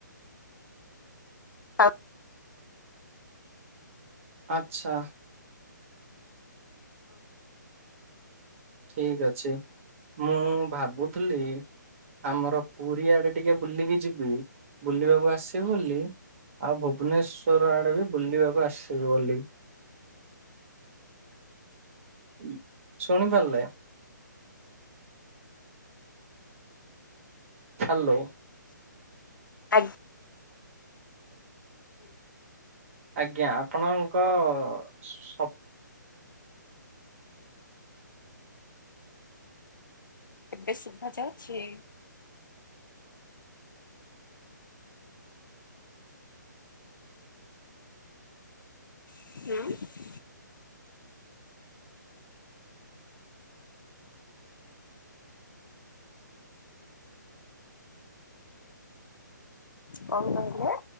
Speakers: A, on the left; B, on the right.
A: ଆଜ୍ଞା।
B: ଆଚ୍ଛା। ଠିକ ଅଛି ମୁଁ ଭାବୁଥିଲି ଆମର ପୁରୀ ଆଡେ ଟିକେ ବୁଲିକି ଯିବି ବୁଲିବାକୁ ଆସିବୁ ବୋଲି। ଆଉ ଭୁବନେଶ୍ଵର ଆଡେ ବି, ବୁଲିବାକୁ ଆସିବୁ ବୋଲି। ଉଁ ଶୁଣିପାରିଲେ। ହାଲୋ।
A: ଆଗ୍
B: ଆଜ୍ଞା ଆପଣଙ୍କ ସ
A: ଏବେ ଶୁଭା ଯାଉଛି। ହୁଁ। କଣ କହିଲେ?